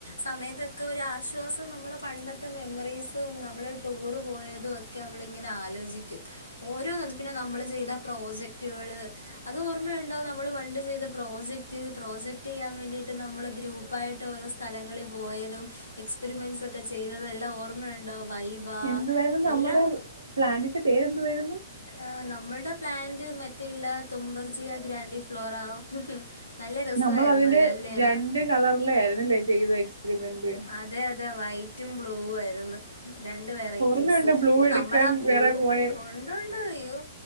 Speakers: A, on the left; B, on the right.
A: സമയത്തൊക്കെ ഒരു ആശ്വാസം നമ്മ നമ്മടെ പണ്ടത്തെ മെമ്മറീസും നമ്മള് ടൂറ് പോയതും ഒക്കെ നമ്മള് ഇങ്ങനെ ആലോചിക്കും ഓരോ പിന്നെ നമ്മള് ചെയ്ത പ്രോജക്റ്റുകള് അത് ഓർമ്മയുണ്ടോ നമ്മൾ പണ്ട് ചെയ്ത പ്രോജക് പ്രോജക്ട് ചെയ്യാൻ വേണ്ടിയിട്ട് നമ്മള് ഗ്രൂപ്പ് ആയിട്ട് ഓരോ സ്ഥലങ്ങളിൽ പോയതും എക്സ്പിരിമെൻറ്സ് ഒ ക്കെ ചെയ്തത് എല്ലാം ഓർമ്മയുണ്ടോ വൈവ
B: എന്തുവാരുന്ന് നമ്മുടെ
A: എല്ലാം
B: പ്ലാനിന്റെ പേരെന്തുവായിരുന്നു
A: ആഹ് നമ്മടെ പ്ലാന്റ് മറ്റേ ഇല്ല തുമ്പർജിയ ഗ്രാൻഡി ഫ്ലോറ നല്ല രസമായിരുന്നല്ലോ
B: നമ്മൾ അതിന്റെ
A: അല്ലേ
B: രണ്ട്
A: എന്നാ
B: കളറിലെ ആയിരുന്നില്ലേ ചെയ്തെ എക്സ്പിരിമെന്റ്
A: അതെ അതെ വൈറ്റും ബ്ലൂ ആയിരുന്നു രണ്ട് വെറൈറ്റീസ്
B: ഓർമ്മയുണ്ടോ ബ്ലൂ
A: ഓ
B: എടുക്കാൻ
A: നമ്മളാ പൂ
B: വേറെ പോയെ
A: കൊണ്ടോണ്ട് അയ്യോ